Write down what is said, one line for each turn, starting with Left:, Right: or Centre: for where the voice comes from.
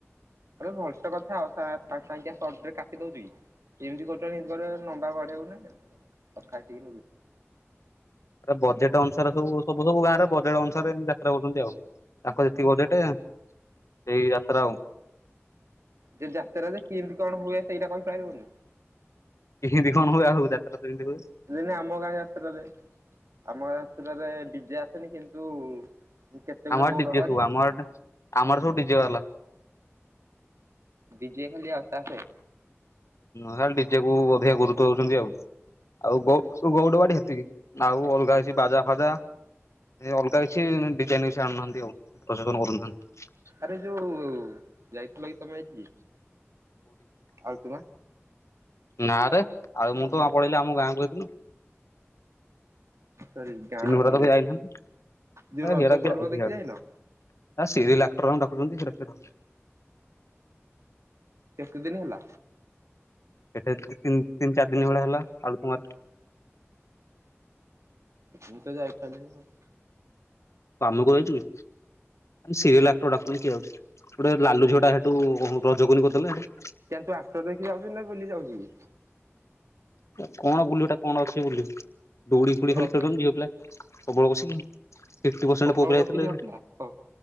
Right: ଆ ଭଲସ କଥା ଆ ସା ସା କାଟି ଦଉଛିି କି। ଏମିତି କରୁ ସେଇପ ଲମ୍ବା ବଢଉନ ନବଢେଇକି
Left: ବଜେଟ୍ ଅନୁସାରେ ସବୁ ସବୁ ସବୁ ଗାଁରେ ବଜେଟ ଅନୁସାରେ ଯାତ୍ରା କରୁଛନ୍ତି। ଆଉ ତାଙ୍କ ଯେତିକି ବଜେଟ ଏଇ ଯାତ୍ରା ଆଉ
Right: ଯେ ଯାତରେ ଯେ କେମତି କଣ ହୁଏ ସେଇଟା କହିପାରିବୁନି।
Left: କେମିତି କଣ ହୁଏ
Right: <inaudible>
Left: ଆଉ ଯାତ୍ରା ତ ଏମିତି ହୁଏ
Right: ଜେମିତି ଆମ ଗାଁ ଯାତ୍ରାରେ ଆମ ଗାଁ ସେଠାରେ ଡିଜେ ଆସନି କିନ୍ତୁ କେତେ ଗୁରେ
Left: ଆମର
Right: ଗୌଡ
Left: ଡିଜେ
Right: ଗାଡି
Left: ସବୁ ଆମର ଆମର ସବୁ ଡିଜେ ବାଲା।
Right: ଡିଜେ ଖାଲି ଆଉ ଚାସେ
Left: ହ ନିଡିଜେ କୁ ଅଧିକା ଗୁରୁତ୍ଵ ଦଉଛନ୍ତି ଆଉ। ଆଉ ଗଉ ଗଉଡ ବାଡି ହେତିକି ଆଉ ଅଲଗା ହେଛି ବାଜା ଫାଜା ସେ ଅଲଗା କିଛି ଡିଜାଇନ ବି ଆଣୁନାହାନ୍ତି ଆଉ ପ୍ରସନ କରୁନାହାନ୍ତି।
Right: ଆରେ ଯୋଉ ଯାଇଥିଲ କି ତମେ ଏଇଠି ଆଉ ତୁମେ
Left: ନାଁ ରେ ଆଉ ମୁଁ ତ ପଳେଇଲିି ଆମ ଗାଁ କ ହେଇଦିନ <inaudible>
Right: ସରି ଗାଁ
Left: ଚିନି
Right: ନାଁ
Left: ଭଡା
Right: ନଉଚି
Left: ତ ବି ଯାଇନାହାନ୍ତି।
Right: ଯୋଉ ରଜ
Left: ହେରା କିଏ
Right: ପର୍ବ
Left: ଯାଉଛି
Right: ଦେଖି ଯାଇନ
Left: ସିଆଡେ ରିଲା ଡାଛନ୍ତି ସେଟା <inaudible>
Right: କେତେ ଦିନ ହେଲା।
Left: ଏଠି ଦତିନ ତିନି ଚାରି ଦିନ ଭଳିଆ ହେଲା ଆଳୁ ତୁମାର
Right: ମୁଁ ତ ଯାଇପାଇଲିନି ଆଉ
Left: କାମେ କଛୁ କି ସିରିଏଲକ୍ଟରଡା କିଏଛି ଗୋଟେ ଲାଲୁ ଝିଅ ଟା କୁ ରଜ କୀନ କରିଦେଲେ ଏଇଟା।
Right: କ ତୁ ଆଷ୍ଟର ଦେଖି ଯାଉଛୁ ନା ବୁଲି ଯାଉଛୁ?
Left: କଣ ବୁଲୁ ଏଟା କଣ ଅଛି ବୁଲୁ ଡୋଡି ଫୁଡି ଖାଲି
Right: ର
Left: ଖେଳୁଛନ୍ତି ଝିଅ ପିଲା ପ୍ରବଳ ବସ ଫିଫ୍ଟୀ ପରସେଣ୍ଟ
Right: ପ୍ରବଳ
Left: ପୋଅ ପଥିଲେ
Right: କଷିକି ହଗିଲା ହଁ।